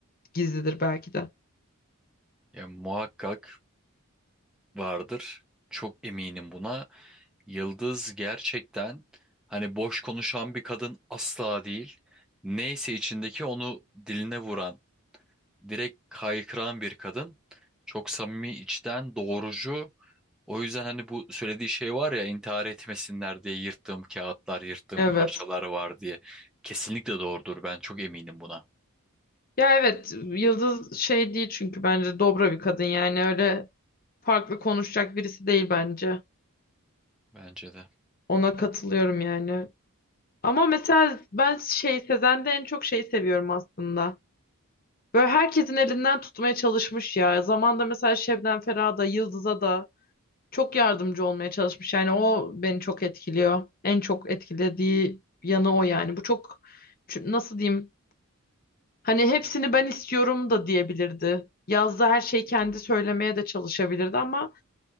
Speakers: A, on the left; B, in the centre.
A: gizlidir belki de.
B: ya muhakkak vardır çok eminim buna Yıldız gerçekten hani boş konuşan bir kadın asla değil neyse içindeki onu diline vuran direkt kaykıran bir kadın. Çok samimi, içten, doğrucu. O yüzden hani bu söylediği şey var ya intihar etmesinler diye yırttığım kağıtlar, yırttığım
A: Evet.
B: parçalar var diye. Kesinlikle doğrudur. Ben çok eminim buna.
A: Ya evet Yıldız şey değil çünkü bence dobra bir kadın yani öyle farklı konuşacak birisi değil bence.
B: Bence de.
A: Ona katılıyorum yani. Ama mesela ben şey Sezen'de en çok şeyi seviyorum aslında. Böyle herkesin elinden tutmaya çalışmış ya. Zamanında mesela Şebnem Ferah'a da Yıldız'a da çok yardımcı olmaya çalışmış. Yani o beni çok etkiliyor. En çok etkilediği yanı o yani. Bu çok çü- nasıl diyeyim? Hani hepsini ben istiyorum da diyebilirdi. Yazda her şeyi kendi söylemeye de çalışabilirdi ama